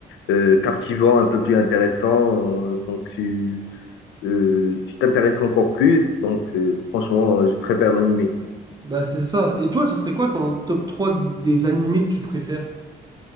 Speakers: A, on the left (about 65°); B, on the right (about 20°).
A: euh, captivant, un peu plus intéressant. euh, donc tu euh, tu t'intéresses encore plus. Donc euh, franchement, je préfère l'animé.
B: Bah c'est ça. Et toi, ça serait quoi ton top 3 des animés que tu préfères?